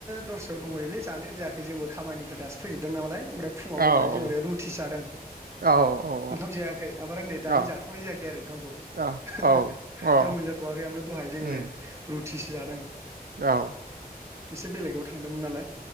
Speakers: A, on the right; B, on the right.
A: दस्रायाव दंहैयोलै जानायानो जायाखै जोंबो खामानिनिफ्राय दासो फैजोबदों नालाय ओमफ्राय फुङाव दहाय
B: औ
A: जों
B: औ
A: ओरै रुथि जादों
B: औ औ
A: ओंखाम जायाखै ओमफ्राय नै दानि
B: औ
A: जाथ'नाय जायाखै आरो नोंखामखौ
B: औ औ औ
A: दा मोनजाथ'वाखै ओमफ्राय दहाय जोङो
B: उम
A: रुथिसो जादों
B: औ
A: एसे बेलेगाव थांदोंमोन नालाय